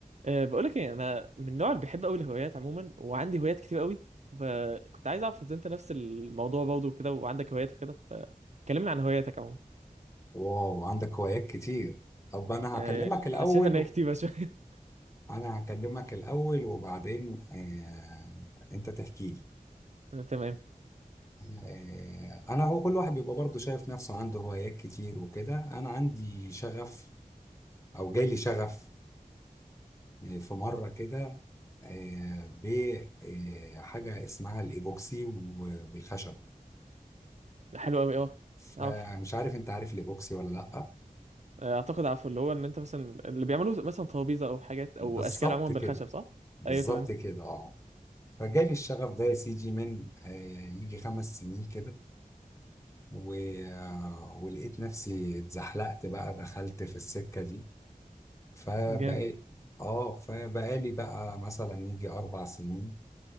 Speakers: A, on the right (about 50°); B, on the left (about 20°).
A: أه بقول لك ايه انا من النوع اللي بيحب قوي الهوايات عموما وعندي هوايات كتير قوي فكنت عايز اعرف اذا انت نفس الموضوع برضه وكده وعندك هوايات وكده فكلمنا عن هواياتك عموما
B: واو عندك هوايات كتير طب انا
A: أه
B: هكلمك الاول
A: انا شايف ان هي
B: و...
A: كتيره شويه
B: انا هكلمك الاول وبعدين آه... انت تحكي لي
A: <laughs> أه، تمام
B: آه... انا هو كل واحد بيبقى برضه شايف نفسه عنده هوايات كتير وكده انا عندي شغف او جالي شغف آه، في مرة كده آه... بحاجة اسمها الايبوكسي و- والخشب
A: حلو قوي اه
B: فمش
A: عارف
B: عارف انت عارف الايبوكسي ولا لا
A: أه، اعتقد عارفه اللي هو ان انت مثلا اللي بيعملوا مثلا ترابيزه او حاجات او
B: بالظبط
A: اشكال عموما
B: كده
A: بالخشب صح
B: بالظبط
A: ايوه تمام
B: كده اه فجالي الشغف ده يا سيدي من آه، يجي خمس سنين كده و... آه، ولقيت نفسي اتزحلقت بقى دخلت في السكة دي فبقى
A: جامد
B: اه فبقالي بقى مثلا يجي أربع سنين